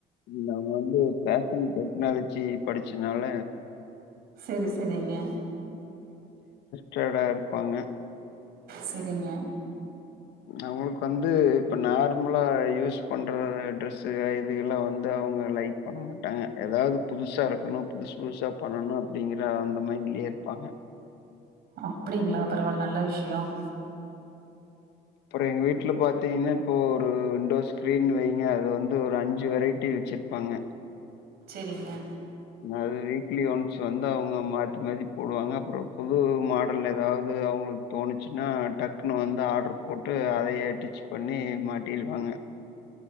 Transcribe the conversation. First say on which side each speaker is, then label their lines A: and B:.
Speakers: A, on the left; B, on the right.
A: நம்ம வந்து ஃபேஷன் டெக்னாலஜி படிச்சனால
B: சரி சரிங்க
A: டயடா இருப்பாங்க
B: செரிங்க
A: அவங்களுக்கு வந்து இப்ப நார்மலா யூஸ் பண்ற டிரரெஸ்ஸுக இதுக எல்லாம் வந்து அவங்க லைக் பண்ண மாட்டாங்க ஏதாவது புதுசா இருக்கணும் புதுசு புதுசா பண்ணணும் அப்படிங்கற அந்த மைன்லலேயே இருப்பாங்க
B: அப்படிங்களா பரவால நல்ல விஷயம்
A: அப்புறம் எங்க வீட்டுல பாத்தீங்கன்னா இப்போ ஒரு விண்டோ ஸ்கிரீன் வைங்க அது வந்து ஒரு அஞ்சு வெரைட்டி வச்சிருப்பாங்க
B: செரிங்க
A: அது வீக்லி ஒன்ஸ் வந்து அவுங்க மாட்டி மாட்டி போடுவாங்க அப்புற புது மாடல் ஏதாவது அவுங்களுக்கு தோணுச்சுன்னா டக்குனு வந்து ஆட்ர்ரு போட்டு அதையே டிச் பண்ணி மாட்டிடுவாங்க